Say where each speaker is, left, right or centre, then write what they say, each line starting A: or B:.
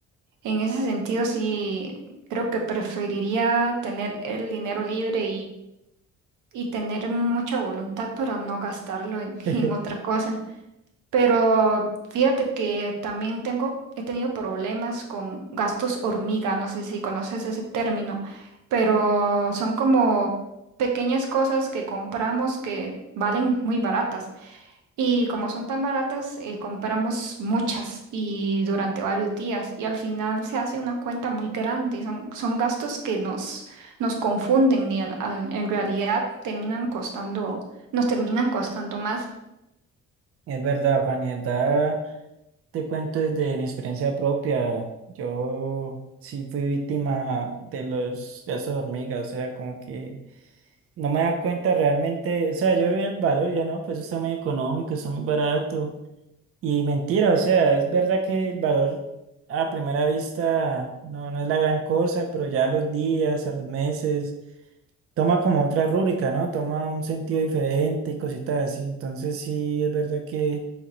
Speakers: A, on the right; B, on the right.
A: en ese sentido sí creo que preferiría tener el dinero libre y tener mucha voluntad para no gastarlo en, <laughs>
B: <laughs>
A: en otra cosa. Pero fíjate que también tengo, he tenido problemas con gastos hormiga, no sé si conoces ese término, pero son como pequeñas cosas que compramos que valen muy baratas. Y como son tan baratas, eh, compramos muchas y durante varios días. Y al final se hace una cuenta muy grande. Son, son gastos que nos, nos confunden y al- al- en realidad terminan costando, nos terminan costando más.
B: Es verdad, Fanny, en verdad, te cuento desde mi experiencia propia. Yo sí fui víctima de los gastos de hormiga, o sea, como que No me da cuenta realmente, o sea, yo vi el valor, y yo no, pues eso está muy económico, está muy barato. Y mentira, o sea, es verdad que el valor a primera vista no, no es la gran cosa, pero ya a los días, a los meses, toma como otra rúbrica, ¿no? Toma un sentido diferente y cositas así. Entonces sí, es verdad que